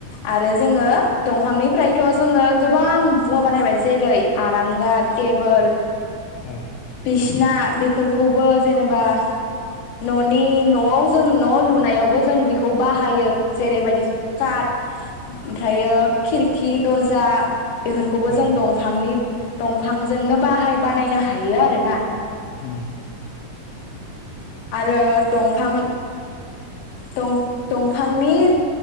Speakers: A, on the left; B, on the left.
A: आरो जोङो दंफांनिफ्रायथ जोङो गोबां मुवा बानायबाय जेरै आरांगा टेबोल
B: औ।
A: बिसिना बेफोरखौबो जेनोबा न'नि न'आव जों न' लुनायावबो जों बेखौ बाहायो जेरैबायदि काट ओमफ्रायो खिरखि दर्जा बेफोरखौबो
B: औ
A: जों दंफांनि दंफांजोंनो बाहाय बानायनो हायो आरोना।
B: उम।
A: आरो दंफां दं दंफांनि